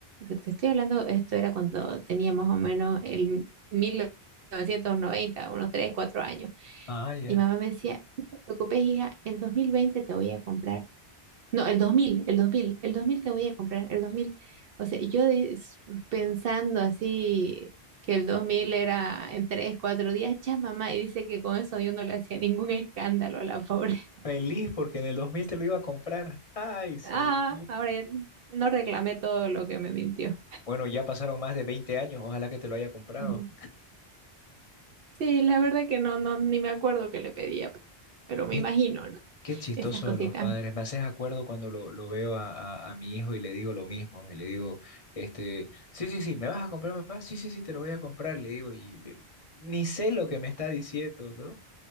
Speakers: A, on the right (about 65°); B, on the left (about 35°).
A: que te estoy hablando, esto era cuando tenía más o menos el mil novecientos noventa unos 3 4 años.
B: ah, ya.
A: Y mamá me decía, no te preocupes, hija, el 2020 te voy a comprar no, el 2000, el 2000, el 2000 te voy a comprar, el 2000, O sea, yo de- s- pensando así que el 2000 era en 3 4 días, ya mamá, y dice que con eso yo no le hacía ningún escándalo a la pobre. <laughs>
B: Feliz porque en el 2000 te lo iba a comprar. Ay, señor.
A: Ah, ahora ya no reclamé todo lo que me mintió.
B: Bueno, ya pasaron más de 20 años, ojalá que te lo haya comprado.
A: Ujú. Sí, la verdad que no, no, ni me acuerdo que le pedía, pero me
B: Qué
A: imagino, ¿no?
B: Qué chistoso
A: Esas cositas.
B: los padres. Me haces acuerdo cuando lo, lo veo a, a- a mi hijo y le digo lo mismo. Y le digo, este, sí, sí, sí, ¿me vas a comprar, papá? Sí, sí, sí, te lo voy a comprar. Le digo, y me- ni sé lo que me está diciendo, ¿no?